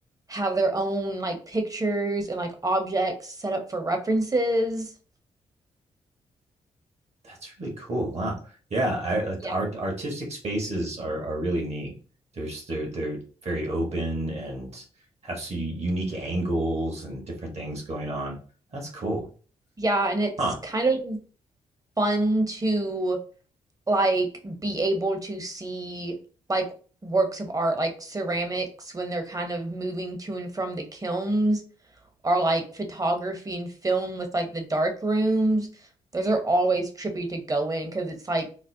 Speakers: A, on the right (about 25°); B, on the right (about 55°).
A: have their own like pictures and like objects set up for references.
B: That's really cool. Wow. Yeah, I, uh,
A: Yeah.
B: art, artistic spaces are are really neat. There's they're they're very open and have some unique angles and different things going on. That's cool,
A: Yeah, and it's
B: huh?
A: kind of fun to like be able to see like works of art like ceramics when they're kind of moving to and from the kilns or like photography and film with like the dark rooms. Those are always trippy to go in because it's like